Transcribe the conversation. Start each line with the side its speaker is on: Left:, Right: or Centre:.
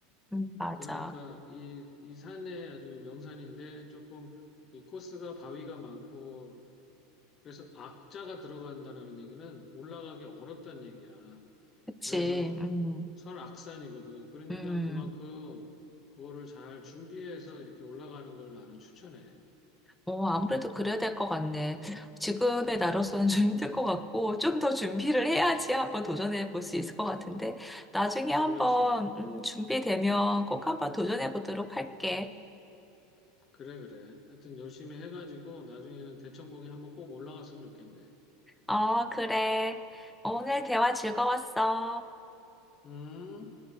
Centre: 음, 맞아.
Left: 그러니까 이, 이 산에 아주 명산인데 조금 이 코스가 바위가 많고 그래서 악자가 들어간다는 얘기는 올라가기 어렵다는 얘기야.
Centre: 그치,
Left: 그래서
Centre: 음,
Left: 설악산이거든. 그러니까
Centre: 음.
Left: 그만큼 그거를 잘 준비해서 이렇게 올라가는 걸 나는 추천해.
Centre: 어, 아무래도 그래야 될 것 같네. 지금의 나로서는
Left: 음,
Centre: 좀 힘들 것 같고, 좀 더 준비를 해야지
Left: 음,
Centre: 한번 도전해 볼 수 있을 것 같은데, 나중에 한번,
Left: 그렇지.
Centre: 음, 준비되면
Left: 음,
Centre: 꼭 한번 도전해 보도록
Left: 음.
Centre: 할게.
Left: 그래, 그래. 하여튼 열심히 해가지고 나중에는 대청봉에 한번 꼭 올라갔으면 좋겠네.
Centre: 어, 그래. 오늘 대화 즐거웠어.
Left: 음.